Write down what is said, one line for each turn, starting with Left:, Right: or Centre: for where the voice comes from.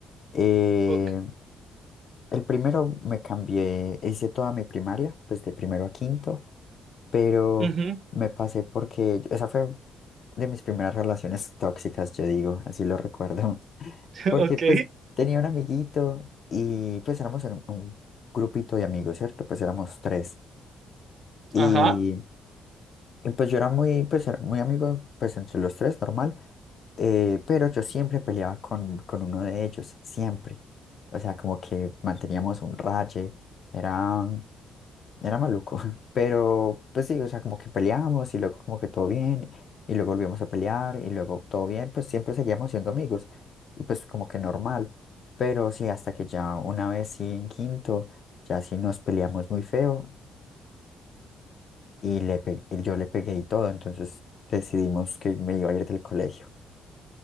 Left: Eh,
Right: Ok,
Left: el primero me cambié, hice toda mi primaria, pues de primero a quinto, pero
Right: ujú,
Left: me pasé porque esa fue de mis primeras relaciones tóxicas, yo digo, así lo recuerdo.
Right: <laughs>
Left: Porque
Right: ok,
Left: pues tenía un amiguito y pues éramos en un, un grupito de amigos, ¿cierto? Pues éramos tres. Y,
Right: ajá,
Left: y pues yo era muy, pues era muy amigo, pues entre los tres, normal. eh, pero yo siempre peleaba con, con uno de ellos, siempre. O sea, como que manteníamos un raye, era, era maluco. <laughs> Pero pues sí, o sea, como que peleábamos y luego como que todo bien, y luego volvíamos a pelear y luego todo bien, pues siempre seguíamos siendo amigos. Y pues como que normal. Pero sí, hasta que ya una vez sí en quinto, ya sí nos peleamos muy feo y le pe- y yo le pegué y todo, entonces decidimos que me iba a ir del colegio.